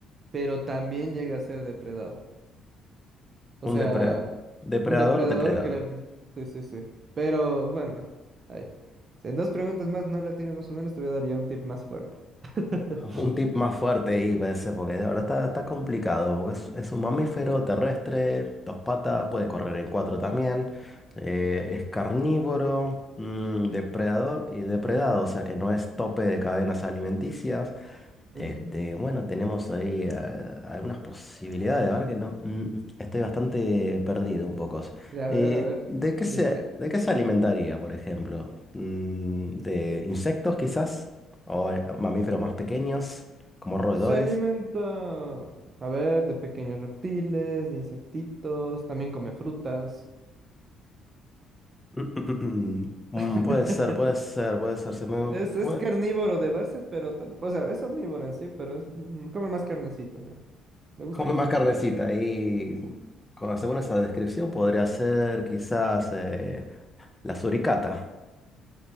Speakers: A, on the right; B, on the left.
A: pero también llega a ser depredado. O sea,
B: Un depredador. Depredador,
A: un depredador
B: depredado.
A: que le... Sí, sí, sí. Pero bueno, ahí. Si en dos preguntas más no la tienes más o menos, te voy a dar ya un tip más fuerte. <laughs>
B: Un tip más fuerte ahí puede ser, porque ahora está, está complicado, porque es, es un mamífero terrestre, dos patas, puede correr en cuatro también, eh, es carnívoro, mm, depredador y depredado, o sea que no es tope de cadenas alimenticias, este,
A: Ujú.
B: bueno, tenemos ahí ah, algunas posibilidades, ¿verdad? Que no, mm, estoy bastante perdido un poco.
A: Ya,
B: Eh,
A: A ver, a ver.
B: ¿de qué se,
A: dime, eh,
B: de qué se alimentaría, por ejemplo? Mm, ¿de insectos quizás? ¿O eh, mamíferos más pequeños, como roedores?
A: Se alimenta, a ver, de pequeños reptiles, de insectitos, también come frutas.
B: Mm, <clears throat> mm,
A: <laughs>
B: puede ser, puede ser, puede ser. Se me
A: Es, es
B: puede
A: carnívoro de base, pero, tam- o sea, es omnívoro en sí, pero es, mm, come más carnecita, o sea, le gusta
B: comer
A: cazar.
B: más carnecita. Y
A: Sí, sí.
B: con- según esa descripción podría ser quizás eh, la suricata.